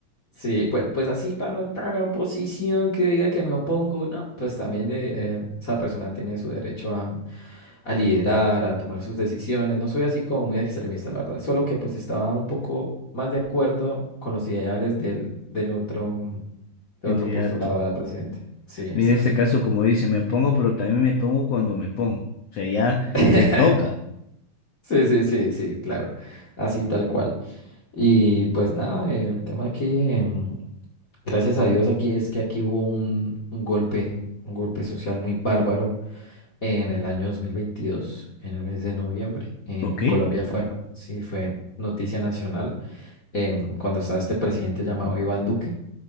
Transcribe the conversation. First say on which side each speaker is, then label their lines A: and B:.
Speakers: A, on the left; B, on the left.
A: Sí, pues, pues así tan, o- tan oposición que diga que me opongo, no, pues también le- eh, esa persona tiene su derecho a, a liderar, a tomar sus decisiones. No soy así como muy extremista, la verdad, solo que pues estaba un poco más de acuerdo con los ideales del, del otro, mm, del
B: candidato.
A: otro postulado a la presidenta. Sí, exacto.
B: Mira, en este caso, como dice, me pongo, pero también me pongo cuando me pongo. O sea, ya
A: <laughs>
B: te toca.
A: Sí, sí, sí, sí, claro, así tal cual. Y pues nada, el tema aquí, em, Gracias a Dios aquí es que aquí hubo un, un golpe, un golpe social muy bárbaro en el año 2022, en el mes de noviembre. Eh,
B: Ok,
A: Colombia fue, no- sí, fue noticia nacional em, cuando estaba este presidente llamado Iván Duque.